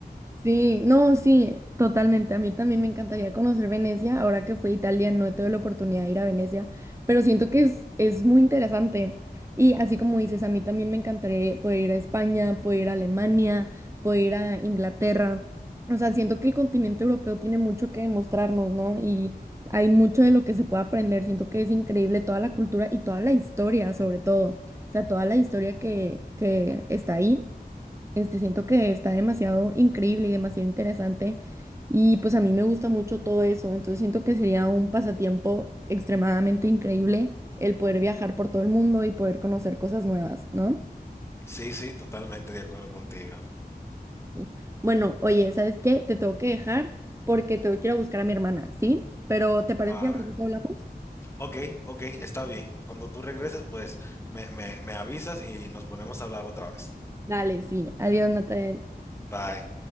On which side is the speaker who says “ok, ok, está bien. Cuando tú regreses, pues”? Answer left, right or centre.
Left